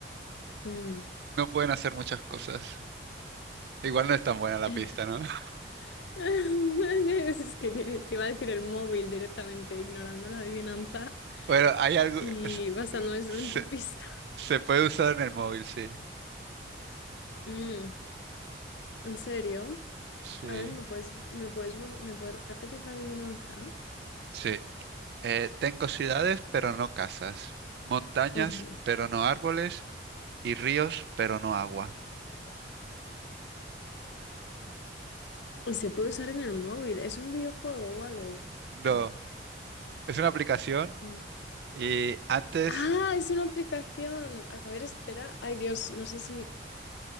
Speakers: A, on the left; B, on the right.
A: mm.
B: no pueden hacer muchas cosas. Igual no es tan buena la
A: <laughs>
B: pista, ¿no? <laughs>
A: <laughs> Es que te, te iba a decir el móvil directamente, ignorando la adivinanza
B: Bueno, hay algo...
A: y
B: s-
A: basándome solo
B: Se,
A: en tu pista.
B: se puede usar en el móvil, sí.
A: Mm, ¿en serio?
B: Sí,
A: A ver, ¿me puedes, me puedes, vol- me puedes repetir la adivinanza?
B: sí. Eh, tengo ciudades, pero no casas. Montañas,
A: Ujú.
B: pero no árboles. Y ríos, pero no agua.
A: Y se puede usar en el móvil. ¿Es un videojuego o algo?
B: No,
A: No.
B: es una aplicación
A: Mm.
B: y antes,
A: Ah, es una aplicación. A ver, espera. Ay, Dios, no sé si...